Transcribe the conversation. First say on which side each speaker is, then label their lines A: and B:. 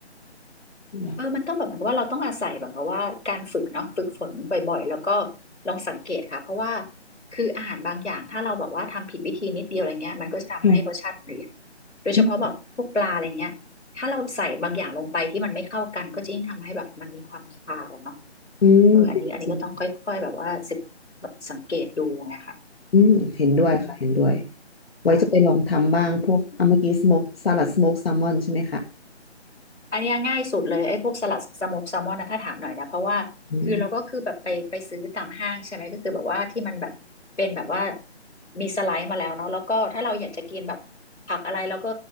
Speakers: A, on the left; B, on the left.
A: อืม
B: เออมันต้องแบบเหมือนกับว่าเราต้องอาศัยแบบกับว่าการฝึกเนาะฝึกฝนบ่อยๆแล้วก็ลองสังเกตค่ะเพราะว่าคืออาหารบางอย่างถ้าเราแบบว่าทำผิดวิธีนิดเดียวอะไรเงี้ยมันก็จะทำให้รสชาติเปลี่ยน
A: ค่ะ
B: โดยเฉพาะแบบพวกปลาอะไรเงี้ยถ้าเราใส่บางอย่างลงไปที่มันไม่เข้ากันก็จะยิ่งทำให้แบบมันมีความคาวเนาะ
A: อือืมจริง
B: เอออันนี้อันนี้ก็ต้องค่อยๆแบบว่าสึกแบบสังเกตดูไงค่ะ
A: ๆอืมเห็นด้วยค่ะเห็นด้วย
B: อืม
A: ไว้จะไปลองทำบ้างพวกอ่ะเมื่อกี้สโมกสลัดสโมกแซลมอนใช่ไหมคะ
B: ค่ะ อันเนี้ยง่ายสุดเลยไอ้พวกสลัดสโมกแซลมอนนะถ้าถามหน่อยนะเพราะว่าคือเราก็คือแบบไปไปซื้อตามห้างใช่ไหมก็คือแบบว่าที่มันแบบเป็นแบบว่า
A: อืม
B: มีสไลด์มาแล้วเนาะแล้วก็ถ้าเราอยากจะกินแบบผักอะไรเราก็